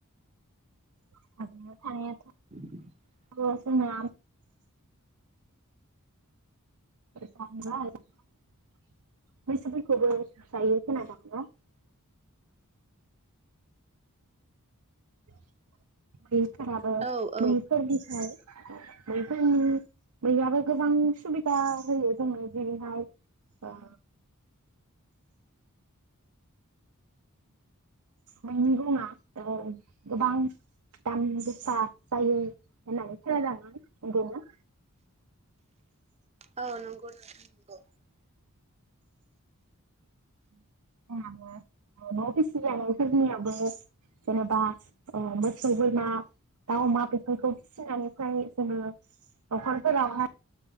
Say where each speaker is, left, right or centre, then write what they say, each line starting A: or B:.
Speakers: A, on the right (about 80°); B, on the right (about 30°).
A: <unintelligible> थानाया
B: <inaudible>
A: औ जोंना <unintelligible> <inaudible> फोराबो
B: औ औ
A: मैफोरनिफ्राय बैफोरनि मैयाबो गोबां सुबिदा होयो जोंनो जेरैहाय ओ मैनि गंङाथ गोबां दाम गोसा जायो होननानै खोनादों आंङो ओरैनो
B: औ नंगौ नोंथां नंगौ
A: <inaudible> फिसिजानायफोरनियाबो जेनेबा मोसौ बोरमा दा अमा बेफोरखौ फिसिनानै फ्राय जोङो नखरफोरावहाय